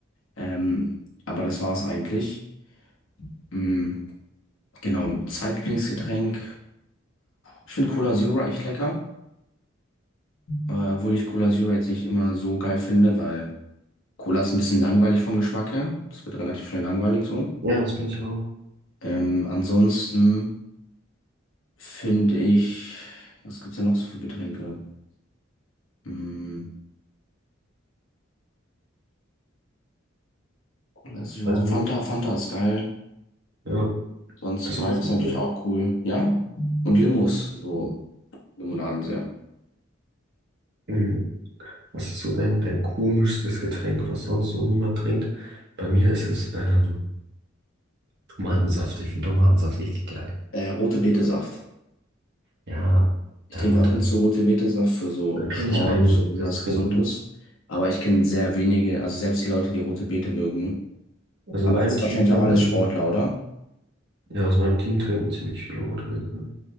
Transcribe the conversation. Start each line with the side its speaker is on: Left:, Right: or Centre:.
Left: Ähm, aber das war's eigentlich. Mm, genau, Zweitlieblingsgetränk. Ich finde Cola Zero echt lecker. Äh, obwohl ich Cola Zero jetzt nicht immer so geil finde, weil Cola ist ein bisschen langweilig vom Geschmack her. Das wird relativ schnell langweilig so.
Right: Ja, das bin ich auch.
Left: Ähm, ansonsten finde ich, was gibt's denn noch so für Getränke? Hm, Cola Zero,
Right: Also,
Left: Fanta, Fanta ist geil.
Right: ja.
Left: Sonst
Right: Also,
Left: Sprite
Right: was ich
Left: ist natürlich
Right: noch?
Left: auch cool. Ja? Und Limos, so Limonaden sehr.
Right: Hm. Was ist so dein, dein komischstes Getränk, was sonst so niemand trinkt? Bei mir ist es ähm, Tomatensaft. Ich finde Tomatensaft richtig geil.
Left: Äh, rote Betesaft.
Right: Ja,
Left: Ich
Right: ja,
Left: trinke
Right: gut.
Left: ab
Right: Da
Left: und zu rote Betesaft für so
Right: da kenne
Left: Sport
Right: ich einige, die
Left: und
Right: das
Left: was
Right: trinken.
Left: Gesundes. Aber ich kenne sehr wenige, also selbst die Leute, die rote Beete mögen.
Right: Also,
Left: Aber
Right: in meinem
Left: das sind
Right: Team
Left: wahrscheinlich
Right: trinken,
Left: auch alles Sportler, oder?
Right: ja, aus meinem Team trinken ziemlich viele Rotwürste.